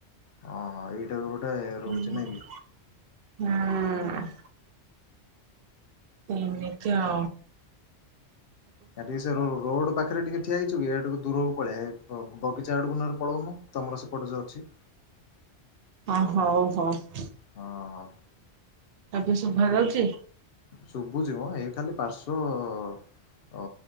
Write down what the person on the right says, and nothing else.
ହୁଁ
ସେମିତି ଆ
ହ ହୋଉ ହଉ
ଏବେ ଶୁଭ ଯାଉଛି।